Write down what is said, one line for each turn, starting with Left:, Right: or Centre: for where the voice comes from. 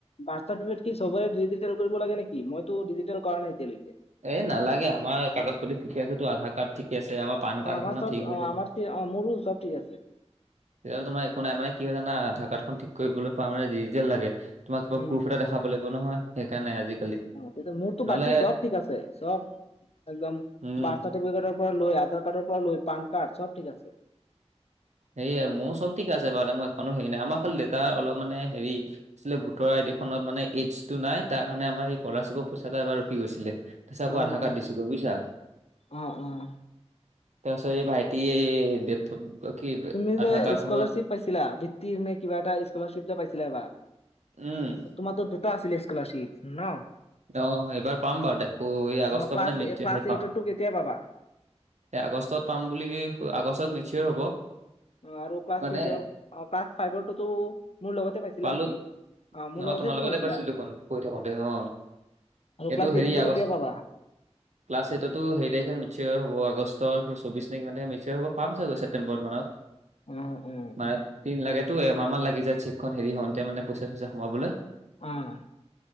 Left: বাৰ্থ চাৰ্টিফিকেট চবৰে ডিজিটেল কৰিব লাগে নেকি? মইতো ডিজিটেল কৰা নাই এতিয়ালৈকে।
Right: এ, নালাগে, আমাৰ কাগজ পাতি ঠিকে আছেতো, আধাৰ কাৰ্ড ঠিকে আছে আমাৰ পান কাৰ্ড
Left: অমাৰ
Right: আছে ন
Left: চব
Right: ঠিক হৈ
Left: অ'
Right: যায়
Left: আমাৰ, মোৰো চব ঠিক আছে।
Right: তেতিয়াহ'লে তোমাৰ একো নাই, মানে কি হয় জানা আধাৰ কাৰ্ডখন ঠিক কৰিবলৈ পা মানে ডিজিটেল লাগে। তোমাক কিবা
Left: উম।
Right: প্ৰোফ এটা দেখাব লাগিব নহয়, সেইকাৰণে আজিকালি,
Left: অ', তেতিয়া মোৰতো
Right: নহ'লে
Left: বাকী চব ঠিক আছে, চব একদম
Right: উম
Left: বাৰ্থ চাৰ্টিফিেটকৰপৰা লৈ, আধাৰ কাৰ্ডৰপৰা লৈ, পান কাৰ্ড চব ঠিক আছে।
Right: সেয়া মোৰো চব ঠিকে আছে বাৰু, মই এখনো হেৰি নাই। আমাৰ খালি দেউতাৰ অলপ মানে হেৰি আছিলে ভোটৰ আইডিখত মানে এইছটো নাই, তাৰকাৰণে আমাৰ স্কলাৰশ্বিপৰ পইচা এটা এবাৰ ৰখি গৈছিলে। তাৰপিছত আকৌ
Left: অ',
Right: আধাৰ কাৰ্ড দিছোঁ। বুজিছা?
Left: অ', অ'।
Right: তাৰপিছত এই ভাইটি দে কি
Left: তুমি
Right: আধাৰ
Left: যে
Right: কাৰ্ডখনৰ
Left: স্কলাৰশ্বিপ পাইছিলা, ভিত্তিৰ নে কিবা এটা স্কলাৰশ্বিপ যে পাইছিলা এবাৰ
Right: উম।
Left: তোমাৰতো দুটা আছিলে স্কলাৰশিপ ন'?
Right: অ' এইবাৰ পাম বাৰু দে, আকৌ এই আগষ্ট
Left: অ', ক্লাছ
Right: মানে মেট
Left: ক্লাছ
Right: হেৰি পাম।
Left: এইটতো
Right: এ,
Left: কেতিয়া পাবা?
Right: আগষ্টত পাম বুলি, আগষ্টত মিচয়াৰ হ'ব।
Left: আৰু ক্লাছ
Right: মানে
Left: টি ক্লাছ ফাইভৰটোতো মোৰ লগতে পাইছিলা
Right: পালো
Left: নেকি। অ' মোৰ
Right: অ'
Left: লগতেতো
Right: তোমাৰ লগতে
Left: পাইছিলা।
Right: পাইছিলো দেখোন পঢ়ি থাকোতে অ'
Left: আৰু
Right: এইটো
Left: ক্লাছ
Right: হেৰি
Left: এইটতো
Right: আগ
Left: কেতিয়া পাবা?
Right: ক্লাছ এইটৰতো হেৰি তাৰিখে মেচয়্যুৰ হ'ব, আগষ্টৰ চৌব্বছ তাৰিখমান কিমান হেৰি হ'ব, পাম চাগৈ ছেপটেম্বৰ মানত।
Left: অ অ
Right: মানে তিন লাগে টো এমাহ মান লাগি যায় চেকখন হেৰি হওঁতে মানে পইচা চইচা সোমাবলৈ।
Left: অ'।